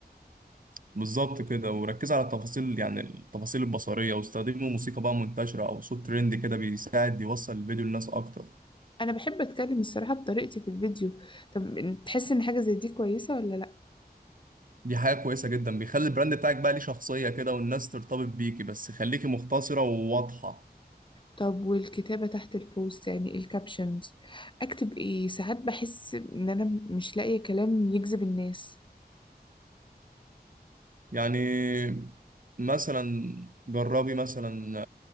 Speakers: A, on the right (about 55°); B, on the left (about 30°).
A: بالظبط كده وركز على التفاصيل يعني التفاصيل البصريه واستخدمي موسيقى بقى منتشره او صوت ترند كده بيساعد يوصل الفيديو للناس اكتر
B: أنا بحب أتكلم الصراحة بطريقتي في الفيديو طب تحس إن حاجة زي دي كويسة ولا لأ؟
A: دي حاجه كويسه جدا بيخلي البراند بتاعك بقى ليه شخصيه كده والناس ترتبط بيكي بس خليكي مختصره وواضحه
B: طب والكتابة تحت البوست يعني الكابشنز أكتب إيه ساعات بحس إن أنا مش لاقية كلام يجذب الناس
A: يعني مثلا جربي مثلا